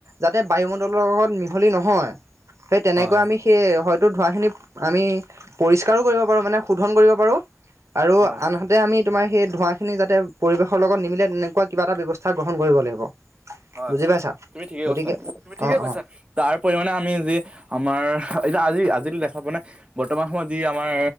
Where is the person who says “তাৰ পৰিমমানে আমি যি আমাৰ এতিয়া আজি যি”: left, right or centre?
Right